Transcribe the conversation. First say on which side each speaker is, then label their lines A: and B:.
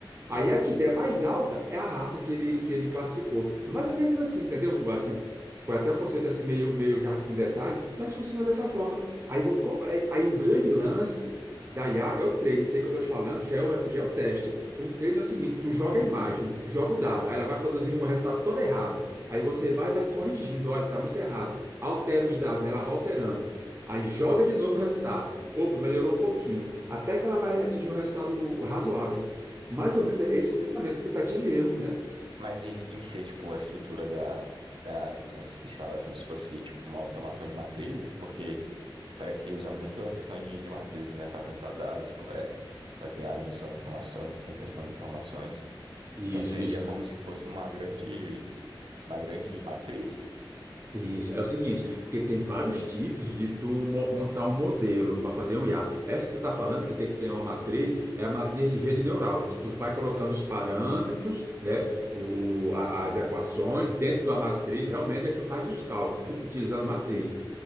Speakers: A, on the right (about 75°); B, on the right (about 30°).
A: hum,
B: Aí a que der mais alta é a raça que ele, que ele classificou. É mais ou menos assim, entendeu? Um, Assim, foi até um conceito assim meio, meio já com detalhe, mas funciona dessa forma. Aí, vo- co- aí aí o grande lance da IA é o treino. Isso aí que eu estou te falando já é, o, já é o teste. O treino é o seguinte, tu joga
A: ah,
B: a imagem, tu joga o dado, aí ela vai produzir um resultado todo errado. Aí você vai vai
A: certo.
B: corrigindo, olha, está muito errado. Altera os dados, ela vai alterando. Aí joga de novo o resultado. Opa, melhorou um pouquinho. Até que ela vai atingir um resultado razoável. Mais ou menos é esse funcionamento, tentativa e erro, né?
A: Mas em, em si, tipo, a estrutura da, da inteligência artificial é como se fosse, tipo, uma automação de matrizes, porque parece que usa muito a questão de, de matrizes, né, para juntar dados, co- é, fazer a junção de informações, dissociação de informações.
B: Isso,
A: Então seria
B: isso,
A: como se fosse uma grande, uma grande matriz?
B: isso. É o seguinte, porque tem vários tipos de tu mo- montar um modelo para fazer um IA. Essa que tu está falando, que tem que é uma matriz, é a matriz de rede neural, que tu vai colocando os parâmetros, né, o, o-
A: Ah,
B: a- as equações dentro da matriz, realmente, aí tu faz os cálculos utilizando matriz.